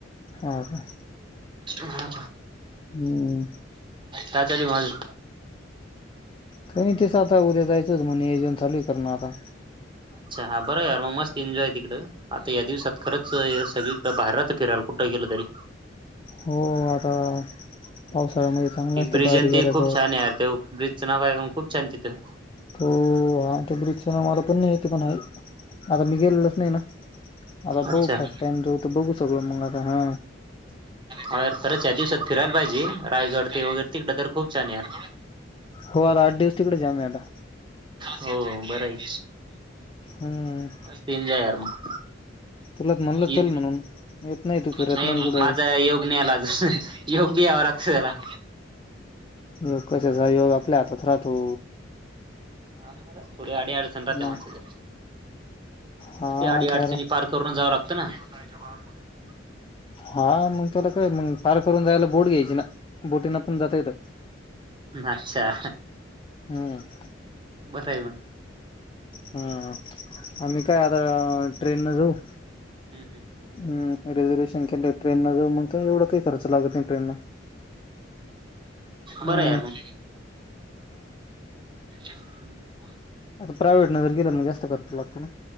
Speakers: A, on the left; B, on the right.
A: हा का?
B: हा,
A: हम्म
B: काय चालूय मग अजून?
A: काही नाय तेच आता उद्या जायचंच मग नियोजन चालूय करणं आता.
B: अच्छा, बरं यार मग मस्त एन्जॉय तिकडं, आता या दिवसात खरं च सगळीकडं भारी राहतं फिरायला कुठं गेलं तरी.
A: हो आता, पावसाळ्यामध्ये चांगला
B: ती
A: असतं
B: ब्रिज
A: बाहेर
B: अन
A: गेल्या
B: ती खूप
A: गवत
B: छान हाय आर, त्यो ब्रिजचं नाव काय <unintelligible> खूप छान तिथं.
A: तो हा ते ब्रिजचे नाव मला पण नाही येते, पण आहे आता मी गेलेलोच नाही ना. आता
B: अच्छा
A: बघू फर्स्ट टाइम जाऊ तर बघू सगळं मग आता हा.
B: हा यार खरंच या दिवसात फिरायला पाहिजे, रायगड ते वगैरे तिकडं तर खूप छान आहे यार.
A: हो आरं आठ दिवस तिकडंच आहे आम्ही आता.
B: हो बरंय.
A: हम्म.
B: <unintelligible> यार मग.
A: तुलाच म्हणलं
B: इ
A: चल म्हणून येत नाही तू फिरत
B: नाय
A: नाही कुठं
B: माझा योग नाई आला योग बी यावा लागतो त्याला.
A: योग कशाचा योग, आपल्या हातात राहतो.
B: हा म आता, थोडी आडी अडचण राहते
A: मग
B: माणसाच्या,
A: हा
B: त त्या आडी अडचणी
A: तर
B: पार क करूनच जावं लागतं ना. <unintelligible>
A: हा मग त्याला काय मग पार करून जायला बोट घ्यायची ना, बोटीनं पण जाता येतं.
B: अच्छा.
A: ह.
B: बरां आहे मं
A: हम्मं आम्हीं कायं आंता ट्रेन नं जाऊं
B: हम्मं हं
A: हम्मं रिझर्वेशन केल्यावर ट्रेन नं जाऊं मंग कांहीं एवढां कांहीं खर्च लागतं नाहीं ट्रेन
B: बरं
A: हम्म
B: आहे आंता <unintelligible>
A: आंता प्रायव्हेट नं जरं गेलं मंग जास्तं खर्च लागतो नां